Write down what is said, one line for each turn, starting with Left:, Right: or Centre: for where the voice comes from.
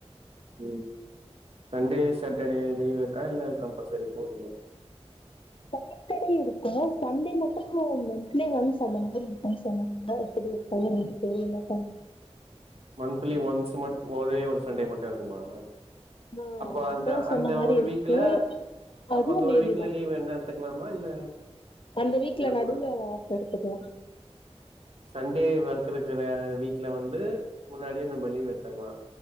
Right: ம் சண்டே சாட்டர்டே லீவ் இருக்கா இல்ல கம்பல்சரி போனுமா
Left: சாட்ட டே இருக்கும் சண்டே மட்டும் மன்திலி ஒன்ஸ் அந்த மாறி இருக்குன் சொன்னாங்க எப்டி இல்ல எனக்கு தெரியலப்பா
Right: மன்த்லி ஒன்ஸ் மட் ஒரே ஒரு சண்டே மட்டும் இருக்குமா
Left: ஆ
Right: அப்ப
Left: அப்டித்தா
Right: அந்த அந்த
Left: சொன்ன மாரி
Right: ஒரு
Left: இருக்கு
Right: வீக்ல
Left: அதுவு
Right: அப்ப அந்த ஒரு
Left: மேபிதா
Right: வீக்ல லீவ் வேன்ன எத்துக்கலாமா இல்ல
Left: அந்த வீக்ல
Right: எடுக்கூடா
Left: நடுவுல ஆஃப் எடுத்துக்கலா
Right: சண்டே வொர்க்கு இருக்கிற வீக்ல வந்து முன்னாடியே நம் ப லீவு எடுத்துகளா